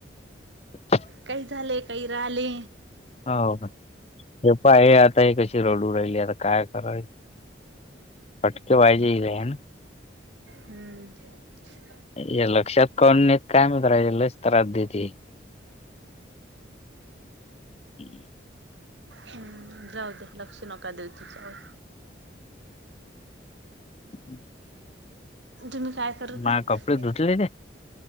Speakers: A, on the left; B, on the right.
A: ह
B: काही झाले काही राले
A: हो का हे प आहे आता हे कशी रडू राहिली आता काय कराय फटके पाहिजे का ना
B: हम्म <inaudible>
A: हे लक्षात कोडेत कायम रा लक्ष तर राती <inaudible> <inaudible>
B: हम्म जाऊ दे लक्ष नका देऊ तिच्यावर
A: <inaudible>
B: तुम्ही काय करत
A: माये
B: आहे
A: कपडे धुतले ते